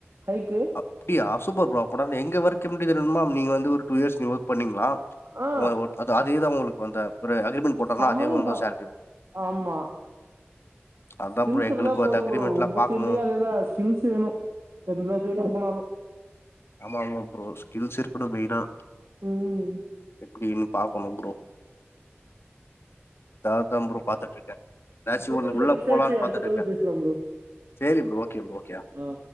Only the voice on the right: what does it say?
ஹைக்கூ
ஆ
சமய
ச
ஆமா
ஸ்கில்ஸ்
இருந்தா போதும்
ப்ரோ உங்க
ஃபீல்ய அதேதா கில்ஸ் வேணு எந்த ஃபீல்ல போனாலு
ம்
சரி
ஒரு
பத்து நிமிஷோ
ஆச்சு
அடுத்த
கால்ல பேசலாம் ப்ரோ
ஆ